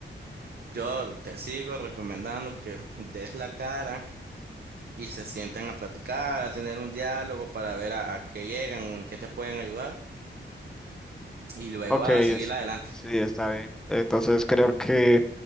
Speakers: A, on the right; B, in the centre.
A: yo te sigo recomendando que des la cara y se sienten a platicar, a tener un diálogo para ver a, a qué llegan o en qué te pueden ayudar y luego
B: Ok,
A: a
B: es,
A: seguir adelante.
B: sí, está bien. Entonces creo que